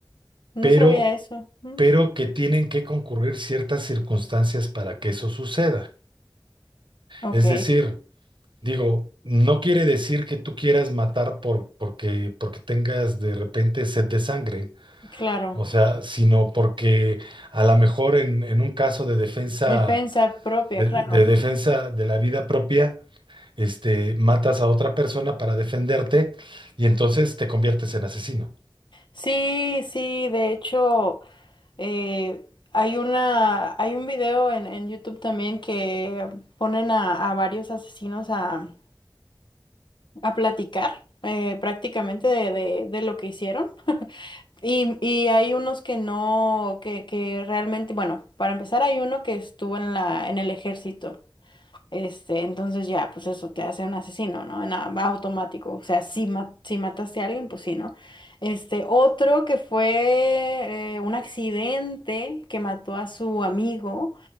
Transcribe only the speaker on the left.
no
sabía eso. Mm,
Ok,
claro.
Defensa propia,
claro.
Sí, sí, de hecho, eh, hay una, hay un video en, en YouTube también que ponen a, a varios asesinos a, a platicar eh, prácticamente de, de de lo que hicieron. Y, y hay unos que no, que, que realmente, bueno, para empezar hay uno que estuvo en la, en el ejército. Este, entonces ya, pues eso te hace un asesino, ¿no? En a- automático. O sea, si, ma- si mataste a alguien, pues sí, ¿no? Este, otro que fue eh, un accidente que mató a su amigo